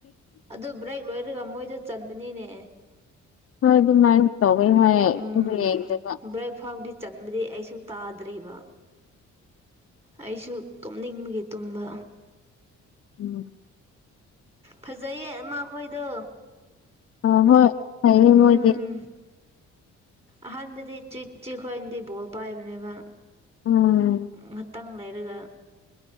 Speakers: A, on the right; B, on the left.
A: ꯑꯗꯨ ꯕ꯭ꯔꯦꯛ ꯂꯣꯏꯔꯒ ꯃꯣꯏꯗ ꯆꯟꯕꯅꯤꯅꯦ
B: ꯍꯣꯏ ꯑꯗꯨꯃꯥꯏꯅ ꯇꯧꯋꯦ ꯍꯥꯏ
A: ꯎꯝ
B: ꯑꯗꯨ ꯌꯦꯡꯔꯒ
A: ꯕ꯭ꯔꯦꯛ ꯐꯥꯎꯕꯗꯤ ꯆꯟꯗ꯭ꯔꯤ ꯑꯩꯁꯨ ꯇꯥꯗ꯭ꯔꯤꯕ ꯑꯩꯁꯨ ꯇꯨꯝꯅꯤꯡꯕꯒꯤ ꯇꯨꯝꯕ
B: ꯎꯝ
A: ꯐꯖꯩꯌꯦ ꯃꯈꯣꯏꯗꯣ
B: ꯑ ꯍꯣꯏ ꯐꯩꯌꯦ
A: ꯎꯝ
B: ꯃꯣꯏꯗꯤ
A: ꯑꯍꯥꯟꯕꯗꯤ ꯆꯤꯆꯤ ꯈꯣꯏꯅꯗꯤ ꯕꯣꯜ ꯄꯥꯏꯕꯅꯦꯕ
B: ꯎꯝ
A: ꯉꯥꯛꯇꯥꯡ ꯂꯩꯔꯒ